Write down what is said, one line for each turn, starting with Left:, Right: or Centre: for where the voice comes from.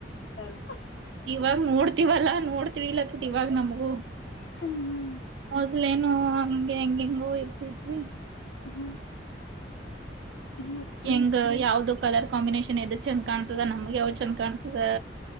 Left: ಅಲ್
Right: ಇವಾಗ ನೋಡ್ತಿವಲ್ಲಾ ನೋಡ್ತ ತಿಳಿಲತುದ ಇವಾಗ ನಮಗೂ
Left: ಹ್ಮ್
Right: ಮೊದ್ಲೇನು ಹೆಂಗ್ ಹೆಂಗೋ ಇರ್ತಿದೆ ಹ
Left: ಹ್ಮ್ ಮತ್ರಿ
Right: ಹೆಂಗ ಯಾವ್ದ ಕಲರ್ ಕಾಂಬಿನೇೇಶನ್ ಎದಕ್ ಚಂದ ಕಾಣ್ತದ ನಮ್ಗೆ ಅವಾವ ಚಂದ್ ಕಾಣ್ತದ